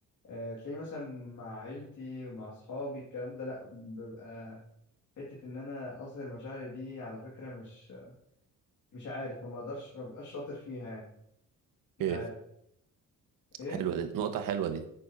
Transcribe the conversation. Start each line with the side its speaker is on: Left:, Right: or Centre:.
Left: آه، تلاقيني مثلا مع عيلتي ومع اصحابي الكلام ده لا ببقى حته ان انا اظهر مشاعري دي على فكره مش مش عارف ما بقدرش ما ببقاش شاطر فيها يعني مش
Right: إيه
Left: عارف ايه
Right: حلوة دي نقطة حلوة دي